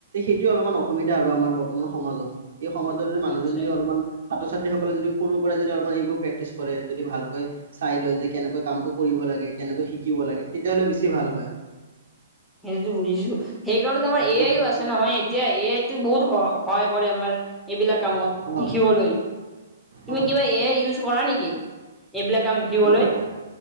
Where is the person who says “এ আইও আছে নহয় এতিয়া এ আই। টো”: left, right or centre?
Centre